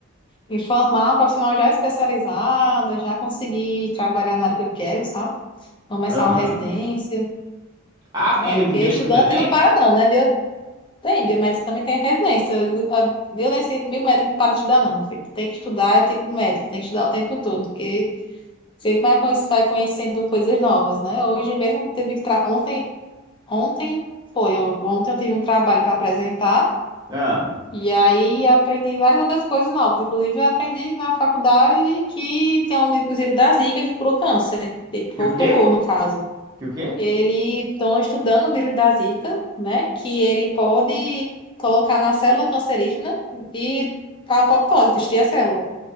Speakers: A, on the left; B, on the right.
A: me formar, um profissional já especializada, já conseguir trabalhar na área que eu quero, sabe? Começar
B: Aham.
A: uma residência.
B: Ah, tem
A: É,
B: residência
A: porque estudante
B: também?
A: não para, não, né? Bio... Tem, biomédico também tem residência. A Violência, biomédico não para de estudar, não, meu filho. Tem que estudar, é tipo médico, tem que estudar o tempo todo, porque você vai con- vai conhecendo coisas novas, né? Hoje mesmo teve que. tra- Ontem, ontem foi, eu- ontem eu tive um trabalho para apresentar.
B: Ah,
A: E aí aprendi várias outras coisas novas. Inclusive, eu aprendi na faculdade que tem um vírus da Zika que cura o câncer, tipo,
B: que o
A: o
B: quê?
A: tumor, no caso.
B: Que o quê?
A: Eles estão estudando o vírus da Zika, né? Que ele pode colocar na célula cancerígena e a apoptose, destruir a célula.